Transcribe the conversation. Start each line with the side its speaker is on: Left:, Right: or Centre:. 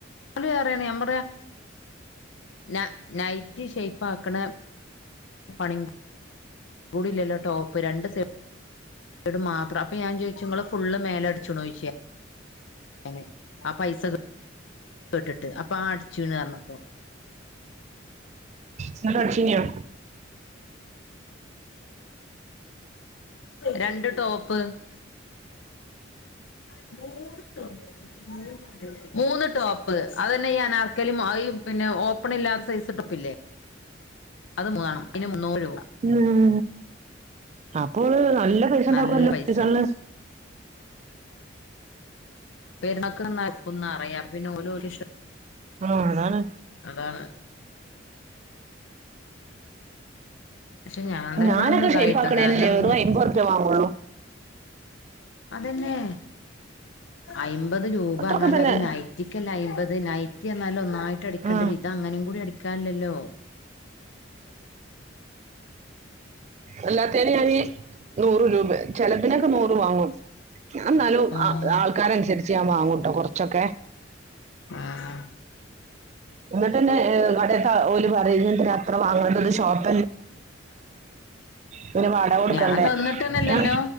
Left: ത് വേറേണ് ഞമ്മടെ ന നൈറ്റി ഷേപ്പാക്കണ പണിം കൂടില്ലല്ലോ ടോപ്പ് രണ്ട് സൈ ഡ് മാത്രം. അപ്പ ഞാൻ ചോദിച്ചു ങ്ങള് ഫുള്ള് മേലടിച്ചുണോയ്ക്ക ങ്ങനെ ആ പൈസ കേ കേട്ടിട് ട്ട് അപ്പ ആ അട് ച്ചൂണ് പറഞ്ഞപ്പോ
Right: എന്നട്ട അടിച്ചിനിയോ?
Left: രണ്ട് ടോപ്പ് <unintelligible> മൂന്ന് ടോപ്പ് അതന്നെ ഞാൻ ആക്കലും ആയും പിന്നെ ഓ പ്പണില്ലാത്ത സൈസ് ടോപ്പില്ലേ? അത് മേണം അയിന് മുന്നൂറ് രൂ
Right: ഉം ആ കൊള്ളാ നല്ല പൈസണ്ടാക്കുംല്ലോ
Left: നല്ല പൈസ
Right: <unintelligible>
Left: പെരുമക്കള് നോക്കുംന്ന് അറയാം. അപ്പോ പിന്നെ ഓല് ഓല്ടെ ഇഷ്ടം.
Right: ആഹ് അതാണ്
Left: അതാണ് പക്ഷെ ഞാൻ തന്നെ
Right: ഞാനൊക്കെ
Left: അന്ന് ഇതായിട്ടോ
Right: ഷൈപ്പാക്കണെനു
Left: കാരണം
Right: വെറും
Left: ഇനി
Right: അയ്മ്പത് റുപ്പിയെ വാങ്ങുള്ളൂ
Left: അതെന്നെ അയ് അമ്പത് രൂപ
Right: അത്രയൊക്കെ
Left: എന്നാല്
Right: തന്നെ
Left: അത് നൈറ്റിക്കല്ലേ അയ്മ്പത് നൈറ്റി എന്നാല് ഒന്നാ ആയിട്ട് അടിക്കണ്ടെ
Right: ആ
Left: ഒരു ഇത് അങ്ങനെ കൂടി അടിക്കാല്ലല്ലോ
Right: അല്ലാത്തെന് ഞാനു നൂറ് രൂപ ചെലപ്പിനൊക്കെ നൂറ് വാങ്ങും ഞാൻ എന്നാലും
Left: ആഹ്
Right: ആ ആൾക്കാരനുസരി ഞാൻ വാങ്ങൂട്ടോ കുറച്ചൊക്കെ
Left: ആഹ്
Right: എന്നിട്ടന്നെ കട <unintelligible> ഒരു പറയുന്നു ഇതിനു അത്ര വാങ്ങണ്ട ഷോപ്പ് പിന്നെ വാടക കൊടുക്കണ്ടേ
Left: ഞാൻ തന്നിട്ട്ന്നല്ലല്ലോ
Right: ആ